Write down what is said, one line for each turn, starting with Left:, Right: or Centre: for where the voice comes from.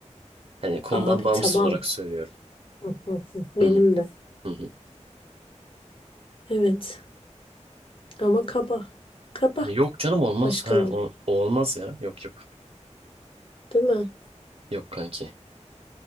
Right: Hani konudan
Left: Abi
Right: bağımsız
Left: tamam.
Right: olarak söylüyorum.
Left: Hı hı hı. Benim
Right: Hı hı,
Left: de.
Right: hı hı.
Left: Evet ama kaba. Kaba
Right: Yani yok canım olmaz.
Left: başkaları
Right: Ha, o, o olmaz ya. Yok yok.
Left: değil mi?
Right: Yok kanki.